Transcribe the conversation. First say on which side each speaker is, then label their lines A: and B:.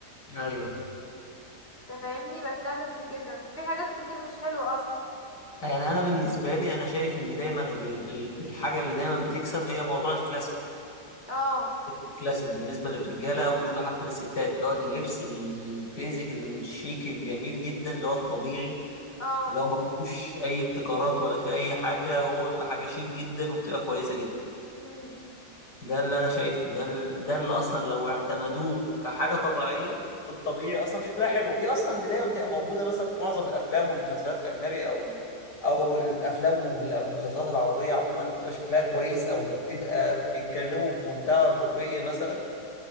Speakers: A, on the left; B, on the left.
A: ايوه
B: تفهمني بتكلم في كده في حاجات كتير مش حلوه اصلا
A: يعني انا بالنسبه لي انا شايف ان دايما ال- ال- الحاجه اللي دايما بتكسب هي موضوع الكلاسيك
B: اه
A: الكلاسيك بالنسبه للرجاله او بالنسبه حتى للستات اللي هو اللبس البيزك الشيك الجميل جدا اللي هو الطبيعي
B: اه
A: اللي هو ما فيهوش اي ابتكارات ولا في اي حاجه هو بيبقى حاجه شيك جدا وبتبقى كويسه جدا
B: امم
A: ده اللي انا شايفه ده ال- ده اللي اصلا لو اعتمدوه كحاجه طبيعيه في الطبيعي اصلا شكلها حلو ودي اصلا اللي دايما بتبقى موجوده مثلا في معظم الافلام والمسلسلات الاجنبي او او الافلام وال- والمسلسلات العربيه عموما اللي بتبقى شكلها كويس او اللي بتبقى بيتكلموا بمنتهى الرقي مثلا